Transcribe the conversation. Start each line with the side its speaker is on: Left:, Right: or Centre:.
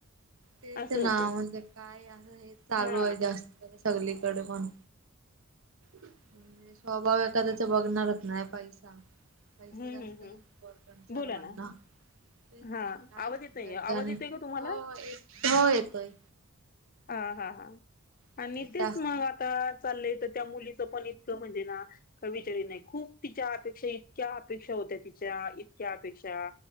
Right: तेच
Left: असं
Right: नाव
Left: होते
Right: म्हणजे काय असं हे चालू
Left: हा
Right: आहे जास्त सगलीकडे पण म्हणजे स्वभाव एखाद्याचा बघणारच नाही पैसा पैसा
Left: हम्म
Right: जास्त
Left: हम्म हम्म
Right: इम्पॉर्टं सर्वांना
Left: बोला ना
Right: तेच
Left: हा
Right: ना काय
Left: आवाज
Right: सांगायचं
Left: येतोय आवाज
Right: आणि
Left: येतोय का तुम्हाला
Right: हो एक येतोय
Left: हा हा हां
Right: ते
Left: आणि तेच
Right: जास्त
Left: मग आता चाललंय तर त्या मुलीच पण इतकं म्हणजे ना कतरी नाही खूप तिच्या अपेक्षा इतक्या अपेक्षा होत्या तिच्या इतक्या अपेक्षा